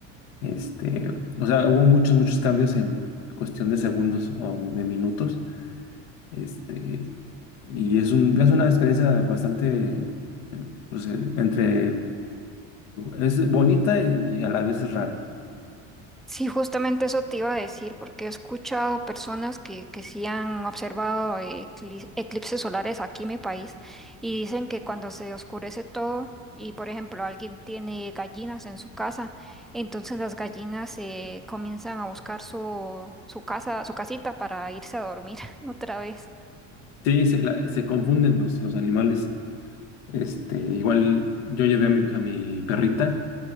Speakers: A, on the left; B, in the centre.
A: este, o sea, hubo muchos, muchos cambios en cuestión de segundos o de minutos, este, y es un, es una experiencia bastante, eh, pues, eh, entre, eh, es bonita y a la vez es rara.
B: sí, justamente eso te iba a decir, porque he escuchado personas que, que sí han observado eh, ecli- eclipses solares aquí en mi país y dicen que cuando se oscurece todo y, por ejemplo, alguien tiene gallinas en su casa, entonces las gallinas eh, comienzan a buscar su, su casa, su casita para irse a dormir <laughs> otra vez.
A: Sí, se, la- se confunden los, los animales, este, igual yo llevé a mi, a mi perrita